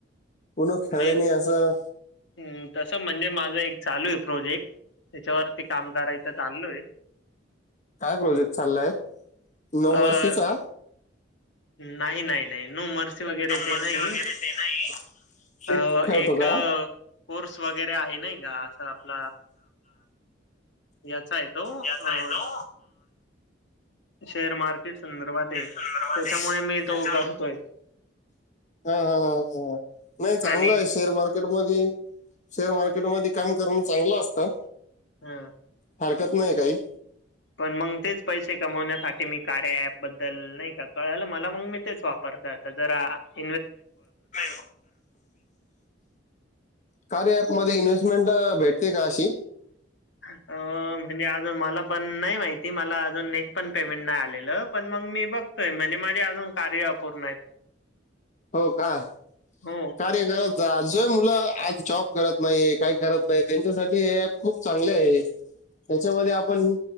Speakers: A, on the left (about 40°); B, on the left (about 70°).
A: उनो खेळनी
B: मी
A: असं
B: हम्म तसं म्हणजे माझं एक चालू आहे प्रोजेक्ट त्याच्यावरती काम करायचं चालू आहे
A: काय प्रोजेक्ट चाललाय नोमर्सीचा
B: अ नाही नाही नाही नो मर्से वगैरे ते
A: मार्क्स
B: नाही
A: वगैरे ते नाही क्लिप
B: अ
A: खेळतो
B: एक
A: का
B: कोर्स वगैरे आहे ना का असं आपला याचा आहे तो अ,
A: याता येतो
B: शेअर मार्केट संदर्भात आहे
A: संदर्भात
B: त्याच्यामुळे
A: आहे
B: मी तो
A: त्याच्यामुळे
B: करतोय
A: हा हा ह नाही चांगलं
B: आणि
A: आहे शेअर मार्केट म शेअर मार्केट क म काम करण चांगलं असतं
B: हा
A: हरकत नाही काही
B: पण मग तेच पैसे कमवण्यात मी कार्य बद्दल नाही का कळलं मला मग मी तेच वापर जरा <inaudible>
A: <inaudible> कार ऍप मध्ये इन्व्हेस्टमेंट भेटते का अशी
B: अ म्हणजे अजून मला पण नाही माहिती मला अजून नेक पण पेमेंट नाही आलेलं पण म मग मी बघतोय म्हणजे माझे अजून कार्य अपूर्ण आहेत
A: हो का
B: हो
A: कार्य करत आज ज मुलं आज जॉब करत नाही काही करत नाही त्यांच्यासाठी हे ऍप खूप चांगले आहे त्याच्यामध्ये आपण